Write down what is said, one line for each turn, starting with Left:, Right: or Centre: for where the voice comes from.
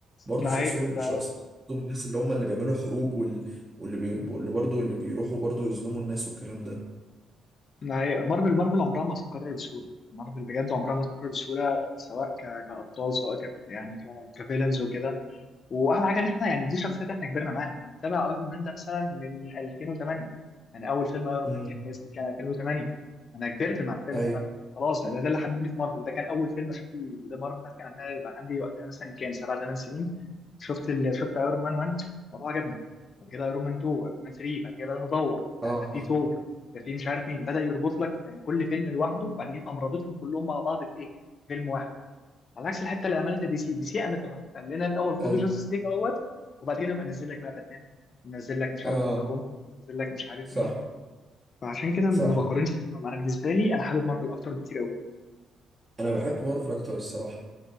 Right: برضه
Left: ده
Right: شخصيهم
Left: حقيقي ده
Right: شخصيتهم
Left: حقيقي
Right: من الناس اللي هم اللي بيعملوا حروب وال... واللي بي... واللي برضه اللي بيروحوا برضه يظلموا الناس والكلام ده
Left: ده حقيقي مارفل مارفل عمرها ما تتكرر بسهوله مارفل بجد عمرها ما تتكرر بسهوله سواء ك... كابطال سواء ك... يعني ك... كفيلنز وكده واحلى حاجه ان احنا يعني دي شخصيات احنا كبرنا معاها انا متابع ايرون مان ده مثلا من 2008 يعني اول فيلم ايرون
Right: امم
Left: مان كان نازل كان 2008 انا كبرت مع الفيلم
Right: ايوه
Left: ده خلاص يعني ده اللي حببني في مارفل ده كان اول فيلم اشوف مارفل ده كان عندها يبقى عندي وقتها مثلا كام سبع ثمان سنين شفت ال... شفت ايرون مان 1 الموضوع عجبني بعد كده ايرون مان 2 ايرون مان 3 بعد كده بدات ادور لا
Right: اه
Left: ده في ثور ده في مش عارف مين بدا يربط لك يعني كل فيلم لوحده وبعدين قام رابطهم كلهم مع بعض في ايه فيلم واحد على عكس الحته اللي عملتها دي سي دي سي قامت راحت قال لنا الاول خدوا
Right: ايوه
Left: جاستس ليج اهوت وبعدين يبقى نزل لك بقى باتمان نزل لك مش
Right: اه
Left: عارف اندر وومن نزل لك مش عارف
Right: صح
Left: مين فعشان كده ما
Right: صح
Left: بقارنش بينهم انا بالنسبه لي انا حابب مارفل اكتر بكتير قوي
Right: انا بحب مارفل اكتر الصراحه